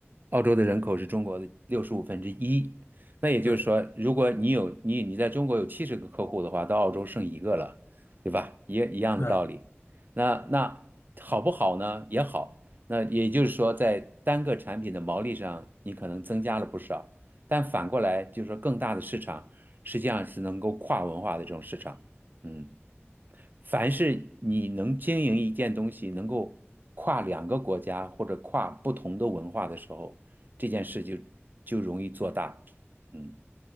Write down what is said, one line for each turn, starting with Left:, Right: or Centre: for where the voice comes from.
Right: 澳洲的人口是中国的六十五分之一。那也就是说，
Left: 对，
Right: 如果你有你你在中国有七十个客户的话，到澳洲剩一个了，对吧？一一样的道理。
Left: 对啊，
Right: 那那好不好呢？也好。那也就是说，在单个产品的毛利上，你可能增加了不少，但反过来就是说，更大的市场实际上是能够跨文化的这种市场。嗯，凡是你能经营一件东西，能够跨两个国家或者跨不同的文化的时候，这件事就就容易做大。嗯，